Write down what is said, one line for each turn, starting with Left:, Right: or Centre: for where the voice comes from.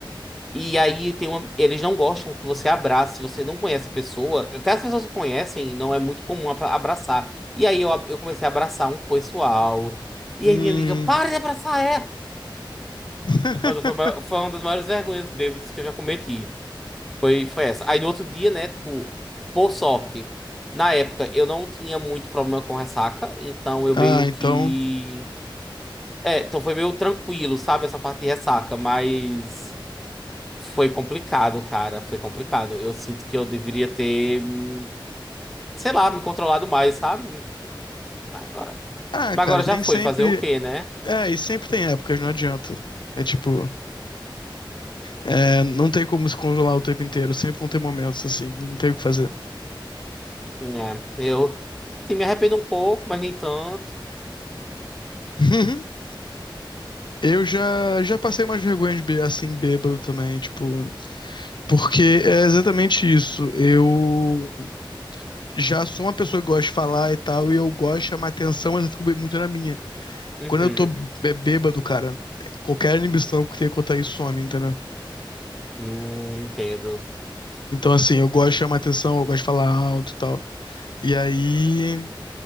Centre: E aí tem uma. Eles não gostam que você abrace, se você não conhece a pessoa. Até as pessoas que conhecem, não é muito comum abra- abraçar. E aí eu, ab- eu comecei a abraçar um pessoal. E
Left: Hum.
Centre: aí minha amiga, para de abraçar, é!
Left: <laughs>
Centre: Mas foi, a maior- foi uma das maiores vergonhas bêbadas que eu já cometi. Foi, foi essa. Aí no outro dia, né, tipo, por sorte, na época eu não tinha muito problema com ressaca, então eu
Left: Ah,
Centre: meio
Left: então.
Centre: que. É, então foi meio tranquilo, sabe, essa parte de ressaca, mas foi complicado, cara, foi complicado. Eu sinto que eu deveria ter, hum, sei lá, me controlado mais, sabe? Mas agora,
Left: Ah,
Centre: mas
Left: cara,
Centre: agora já
Left: tem
Centre: foi,
Left: sempre.
Centre: fazer o quê, né?
Left: É, e sempre tem épocas, não adianta. É tipo. É, não tem como se controlar o tempo inteiro. Sempre vão ter momentos assim. Não tem o que fazer.
Centre: É, eu, sim, me arrependo um pouco, mas nem tanto.
Left: <laughs> Eu já, já passei umas vergonhas bê- assim, bêbado também, tipo. Porque é exatamente isso. Eu já sou uma pessoa que gosta de falar e tal, e eu gosto de chamar atenção, mas eu fico bem- muito na minha.
Centre: Uhum.
Left: Quando eu tô bê- bêbado, cara, qualquer inibição que tenha quanto a isso some, entendeu?
Centre: Hum, entendo.
Left: Então, assim, eu gosto de chamar atenção, eu gosto de falar alto e tal. E aí,